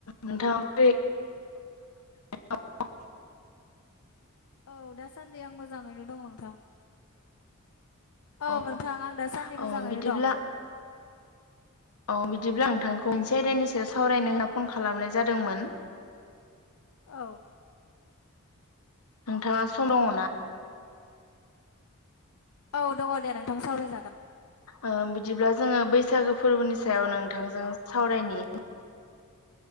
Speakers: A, on the left; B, on the left.
A: नोंथाङा बै <unintelligible>
B: औ दासान्दि आं मोजाङैनो दं नोंथां औ
A: अ
B: नोंथां आं दासान्दि मोजाङैनो
A: अ बिदिब्ला
B: दं
A: औ बिदिब्ला नोंथांखौ मोनसे आयदानि सायाव सावरायनो होनना फन खालामनाय जादोंमोन
B: औ
A: नोंथाङा सम दङ ना
B: औ दङ दे नोंथां सावराय जागोन
A: ओ बिदिब्ला जोङो बैसागो फोरबोनि सायाव नोंथांजों सावरायनि <inaudible>